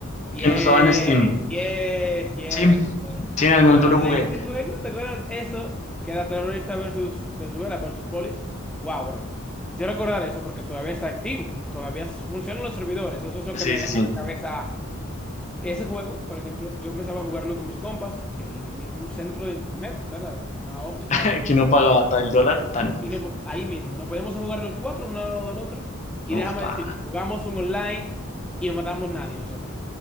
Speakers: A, in the centre; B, on the left.
A: Yes,
B: que no estaba en Steam.
A: yes, yes,
B: Sí,
A: yes.
B: sí, en algún
A: ¿Te acuerdas
B: momento lo jugué.
A: de ese juego? ¿Te acuerdas eso? Que era terrorista versus versus Venezuela versus polis. Wow, bro. Yo recordar eso porque todavía está activo. Todavía funcionan los servidores. Eso es lo
B: Sí,
A: que me
B: sí,
A: deja
B: sí.
A: la cabeza. Ese juego, por ejemplo, yo empezaba a jugarlo con mis compas en el mi- un centro de internet, ¿verdad? Una office,
B: <laughs>
A: un
B: Que uno pagaba tal dólar, tan.
A: y no, po- ahí mismo, nos poníamos a jugar los cuatro, uno al lado del otro. Y
B: Uf,
A: déjame
B: me
A: decirte, jugamos un online y no matamos nadie nosotros.